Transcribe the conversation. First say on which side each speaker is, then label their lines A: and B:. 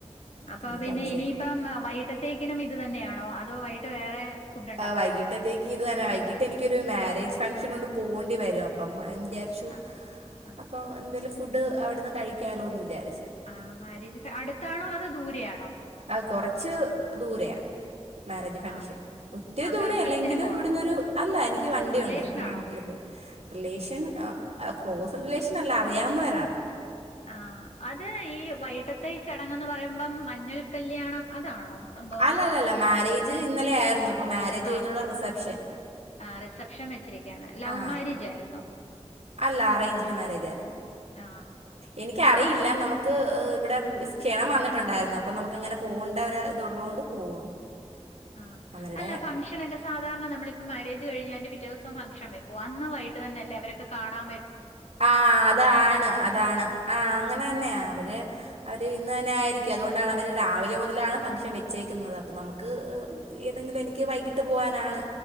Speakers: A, on the left; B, on the right.
A: അപ്പൊ
B: അതങ്ങ്
A: പിന്നെ
B: കഴിച്ചേക്കും
A: ഇനിയിപ്പം വൈകിട്ടത്തേക്കിനും ഇത് തന്നെയാണോ അതോ വൈകിട്ട് വേറെ? ഫുഡ് ഉണ്ടാക്കുവോ
B: ആ വൈകിട്ടത്തേക്ക് ഇത് തന്നെ വൈകിട്ട് എനിക്കൊരു മാരേജ് ഫംഗ്ഷൻ ണ്ട് പോകേണ്ടി വരും അപ്പം. വിചാരിച്ചു
A: ആ ആ
B: അപ്പൊ എന്തായാലും ഫുഡ് അവിടുന്ന് കഴിക്കാലോ എന്ന് വിചാരിച്ചു.
A: ആ മാരേജ് അടുത്താണോ അതോ ദൂരെ ആണോ?
B: ആ കൊറച്ച് ദൂരയാ. മാരേജ് ഫംഗഷൻ
A: ആ
B: ഒത്തിരി
A: ആ
B: ദൂര
A: ക ബസ്സിന്
B: അല്ലെങ്കിലും
A: പോണോ
B: ഇവിടന്നൊരു അല്ല എനിക്ക് വണ്ടിയുണ്ട്
A: റിലേഷനാണോ
B: വണ്ടില് പോയി- റിലേഷൻ ക്ലോസ് റിലേഷൻ അല്ല അറിയാവുന്നവരാണ്.
A: ആ അത് ഈ വൈകട്ടത്തെ ഈ ചടങ്ങങ്ന്ന് പറയുമ്പം മഞ്ഞൾ കല്യാണം അതാണോ? സംഭവം
B: അല്ല അല്ല അല്ല മാരേജ് ഇന്നലെ ആയിരുന്നു. അപ്പോൾ മാരേജ്
A: ആ
B: കഴിഞ്ഞുള്ള റിസപ്ഷൻ
A: ആ റിസെപ്ഷൻ വെച്ചിരിക്കയാണ് ലവ്
B: ആ
A: മാരേജ യിരുന്നോ?
B: അല്ല അറേഞ്ച്ഡ് മാരേജ യിരുന്നു
A: ആ
B: എനിക്കറിയില്ല
A: അപ്പൊ
B: നമുക്ക്- ഇവിടെ ക്ഷണം വന്നിട്ടുണ്ടായിരുന്നു അപ്പൊ നമുക്ക് ഇങ്ങനെ പോകേണ്ട ഒ ഇത്ള്ളതത് കൊണ്ട് പോകും.
A: ആ
B: അവരുടെ
A: അല്ല ഫംഗഷനൊക്കെ സാധാരണ നമ്മള് - ഇപ്പ മാരേജ് കഴിഞ്ഞ എന്റെ പിറ്റേ ദിവം ഫങ്ഷൻ വെക്ക അന്ന് വൈകിട്ട് തന്നല്ലേ അവരക്കെ കാണൻറ്-
B: ആ അതാണ് അതാണ് ആ അങ്ങനെ തന്നെയ അവര് അവര് ഇന്ന് തന്ന- അതുകൊണ്ട അവര് രാവിലെ മുതലാണ് ഫാൻക്‌ഷൻ വെച്ചേക്കുന്നത് അ നമുക്ക്- ഏതെങ്കിലും എനിക്ക് ട്ട് പോവനാണ്